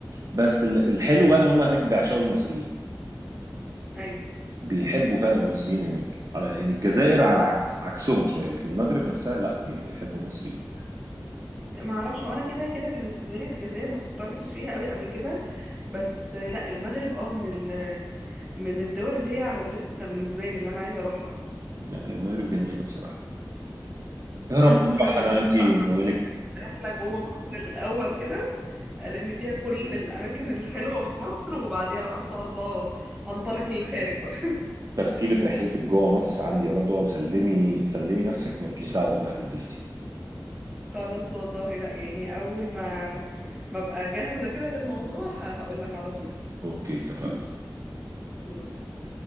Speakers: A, on the right; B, in the centre.
A: بس ال- الحلو بقى ان هم هناك بيعشقوا المصريين
B: ايوه
A: بيحبوا فعلا المصريين هناك على يعني الجزائر على عك- عكسهم شويه لكن المغرب نفسها لا بيحبوا المصريين
B: ما اعرفش وانا كده كده بالنسبه لي الجزائر ما فكرتش فيها قوي قبل كده بس آه، لا المغرب اه من ال من الدول اللي هي على الليسته بالنسبه لي اللي انا عايزه اروحها
A: لا هي المغرب جميلة بصراحة يا رب
B: انا بس
A: نروح
B: ناويه
A: أنا
B: ان
A: وأنتي
B: شاء الله
A: ونولك
B: اخلص رحلة جوه مصر الأول كده ألم فيها كل الأماكن الحلوة في مصر وبعديها بقى إن شاء الله أنطلق للخارج بقى <laughs>
A: ترتيبة رحلتك جوه مصر عندي يا رضوى وسلمي سلمي نفسك وملكيش دعوة والله هتتبسطي
B: خلاص والله لا يعني أول ما ما أبقى جاهزة كده للموضوع هقول لك على طول
A: أوكي اتفقنا
B: أوكي